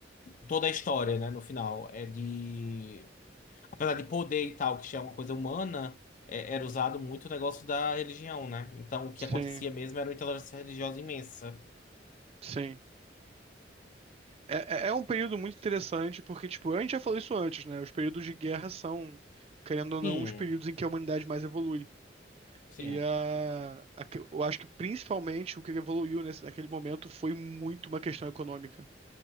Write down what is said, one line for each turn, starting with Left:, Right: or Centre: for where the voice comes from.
Left: toda a história, né, no final, é de... Apesar de poder e tal, que já é uma coisa humana, é- era usado muito o negócio da religião, né? Então, o que
Right: sim,
Left: acontecia mesmo era uma intolerância religiosa imensa.
Right: sim. É, é é um período muito interessante, porque, tipo, a gente já falou isso antes, né? Os períodos de guerra são, querendo ou
Left: Sim,
Right: não, os períodos em que a humanidade mais evolui.
Left: sim.
Right: E a, a que- eu acho que principalmente o que evoluiu nesse, naquele momento foi muito uma questão econômica.